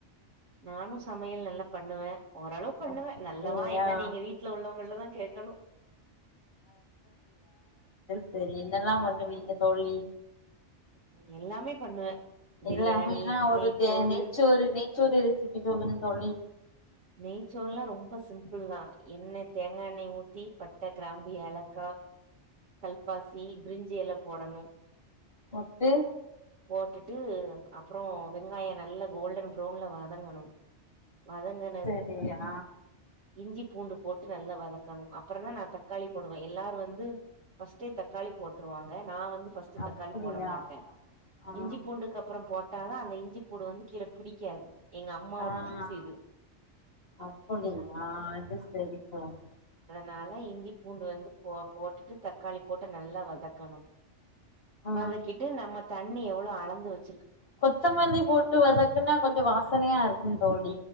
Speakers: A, on the right; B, on the left.
A: நானு சமையல் நல்லா பண்ணுவே ஓரளவு பண்ணுவே
B: அப்டியா
A: நல்லாவா என்னன்னு நீங்க வீட்ல உள்ளவங்களதா கேக்கணு
B: செரி என்னல்லா பண்ணுவீங்க தோழி?
A: ம் எல்லாமே பண்ணுவே பிரியாணி
B: எல்லாமேனா ஒரு
A: நெய்ச்சோறு
B: தே நெய்ச்சோறு நெய் ச்சோறு ரெசிபி சொல்லுங்க தோழி.
A: நெய்ச்சோறல்லா ரொம்ப சிம்பிள்தா. என்ன தேங்காய் எண்ணெய ஊத்தி பட்ட, கிராம்பு, ஏலக்கா, கல்பாசி, ப்ரிஞ்சி எல போடணு
B: போட்டு
A: போட்டுட்டு அப்புறோ வெங்காயோ நல்ல கோல்டன் ப்ரௌன்ல வத ங்கனு வதங்கன
B: ரியா
A: இஞ்சி பூண்டு போட்டு நல்லா வதக்கணு. அப்புறந்தா நா தக்காளி போடுவே. எல்லாரு வந்து ஃபஸ்ட்டே தக்காளி போட்ருவாங்க நா வந்து ஃபஸ்ட்டு
B: அப்படியா
A: தக்காளி போட மாட்டே.
B: ஆ
A: இஞ்சி பூண்டுக்கு அப்புறம் போட் டாதா அந்த இஞ்சி பூடு வந்து கீழ பிடிக்காது எங்க அம்மாவோட
B: ஆ
A: டிப்ஸ் இது
B: அப்படியா அது சரி போங்க
A: னால இஞ்சி பூண்டு வந்து போ போட்டுட்டு தக் காளி போட்டு நல்லா வதக்கணு
B: ஆ
A: வதக்கிட்டு நம்ம தண்ணி எவ்ளோ அளந்து வச்
B: கொத்தமல்லி போட்டு வதக்குனா கொஞ்ச வாசனையா இருக்குந் தோழி